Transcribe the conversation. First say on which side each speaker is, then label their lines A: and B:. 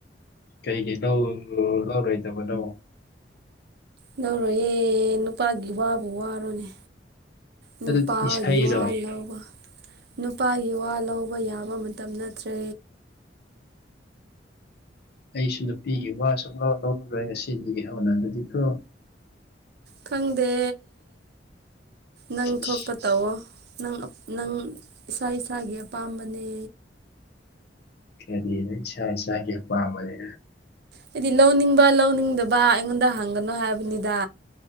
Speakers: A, on the left; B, on the right.
A: ꯀꯩꯒꯤ ꯂꯧ ꯂꯧꯔꯣꯏꯗꯕꯅꯣ
B: ꯅꯧꯔꯣꯍ ꯅꯨꯄꯥꯒꯤ ꯋꯥꯕꯨ ꯋꯥꯔꯣꯅꯦ ꯅꯨꯄꯥꯒꯤ
A: ꯑꯗꯨꯗꯤ ꯏꯁꯩꯔꯣ
B: ꯋꯥ ꯂꯧꯕ ꯅꯨꯄꯥꯒꯤ ꯋꯥ ꯂꯧꯕ ꯌꯥꯕ ꯃꯇꯝ ꯅꯠꯇ꯭ꯔꯦ
A: ꯑꯩꯁꯨ ꯅꯨꯄꯤꯒꯤ ꯋꯥ ꯁꯨꯡꯂꯧ ꯂꯧꯔꯔꯣꯏ ꯉꯁꯤꯗꯒꯤ ꯍꯧꯅ ꯑꯗꯨꯗꯤ ꯀꯣ
B: ꯈꯪꯗꯦ ꯅꯪ
A: ꯏꯁ, ꯏꯁ,
B: ꯊꯣꯛꯄ ꯇꯧꯋꯣ ꯅꯪ ꯅꯪ ꯏꯁꯥ ꯏꯁꯥꯒꯤ ꯑꯄꯥꯝꯕꯅꯦ
A: ꯀꯔꯤ ꯅꯪ ꯏꯁꯥ ꯏꯁꯥꯒꯤ ꯄꯥꯝꯕꯅꯦ
B: ꯍꯥꯏꯗꯤ ꯂꯧꯅꯤꯡꯕ ꯂꯧꯅꯤꯡꯗꯕ ꯑꯩꯉꯣꯟꯗ ꯍꯪꯒꯅꯣ ꯍꯥꯏꯕꯅꯤꯗ